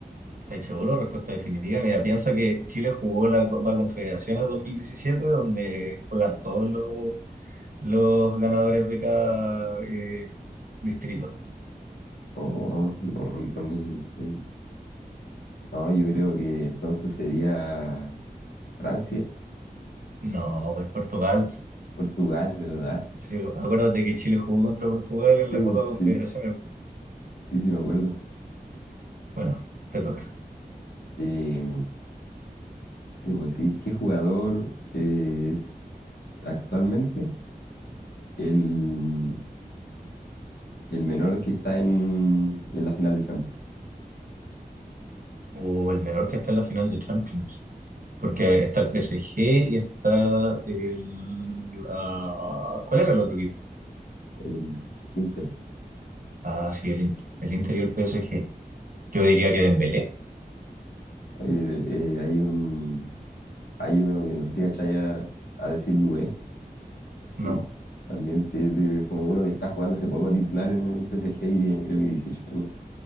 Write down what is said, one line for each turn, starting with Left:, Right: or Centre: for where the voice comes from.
Right: ¿Estáis seguros? Respuesta definitiva. Mira, piensa que Chile jugó la Copa Confederaciones 2017, donde juegan todos los, los ganadores de cada eh, distrito.
Left: Oh, no, 2016. No, yo creo que entonces sería Francia,
Right: No, pues Portugal.
Left: Portugal, ¿verdad?
Right: Sí, acuérdate que Chile jugó contra Portugal en
Left: Sí,
Right: la
Left: pues
Right: Copa
Left: sí,
Right: Confederaciones. po.
Left: sí, sí me acuerdo.
Right: Bueno, te toca.
Left: Eh, ¿qué debo decir? ¿Qué jugador eh, es actualmente el, el menor que está en, en la final de Champions?
Right: O el menor que está en la final de Champions. Porque está el PSG y está el... ah, ¿cuál era el otro equipo?
Left: El Inter.
Right: Ah, sí, el Inter. El Inter y el PSG. Yo diría que Dembélé.
Left: Oye, eh, hay un, hay uno que no sé si cachai a, a decir Dué,
Right: No.
Left: que también te- de- como uno que está jugando hace poco titular en el PSG y tiene creo que 18 años.